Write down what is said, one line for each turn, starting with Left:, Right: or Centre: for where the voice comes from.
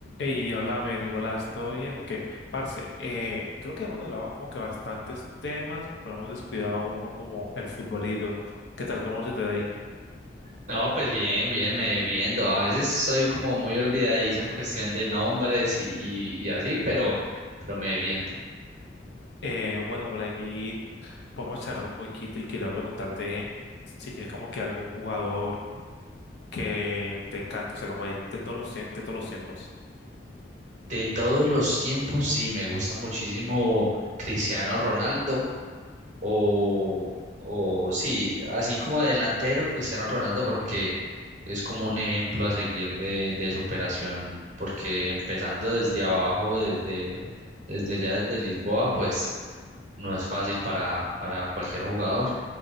Left: Y háblame, Nicolás, ¿todo bien? Ok, parce, eh, creo que hemos hablado como que bastantes temas, pero hemos descuidado uno como el futbolito. ¿Qué tal? ¿Cómo se te da ahí?
Right: No, pues bien, bien, me viendo. A veces soy como muy olvidadizo en cuestión de nombres y, y, y así, pero, pero me viendo.
Left: Eh, bueno, por aquí podemos charlar un poquito y quería preguntarte si tienes como que algún jugador que te encante, o sea, como de, de todos los, tie- de todos los tiempos.
Right: De todos los tiempos, sí, me gusta muchísimo Cristiano Ronaldo o, o sí, así como delantero Cristiano Ronaldo porque es como un ejemplo a seguir de, de superación, porque empezando desde abajo, desde, desde ya desde Lisboa, pues no es fácil para, para cualquier jugador.